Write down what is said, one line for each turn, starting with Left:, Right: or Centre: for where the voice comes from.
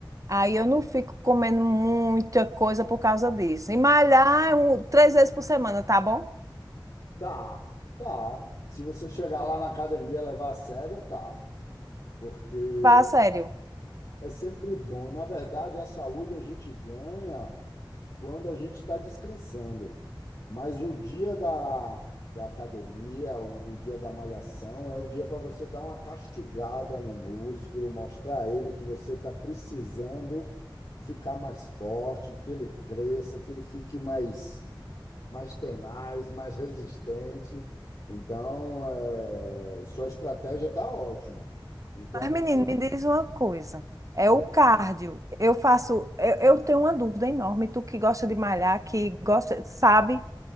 Right: Aí eu não fico comendo muita coisa por causa disso. E malhar um- três vezes por semana, tá bom?
Left: tá, tá. Se você chegar lá na academia e levar a sério, tá. Porque
Right: Fala sério.
Left: é sempre bom. Na verdade, a saúde a gente ganha quando a gente está descansando. Mas o dia da, da academia, o, o dia da malhação, é o dia para você dar uma castigada no músculo, mostrar a ele que você está precisando ficar mais forte, que ele cresça, que ele fique mais, mais tenaz, mais resistente. Então, é, sua estratégia está ótima. Então,
Right: Mas, menino, me diz uma coisa.
Left: <laughs>
Right: É o cardio. Eu faço. Eu, eu tenho uma dúvida enorme. Tu que gosta de malhar, que gosta, sabe?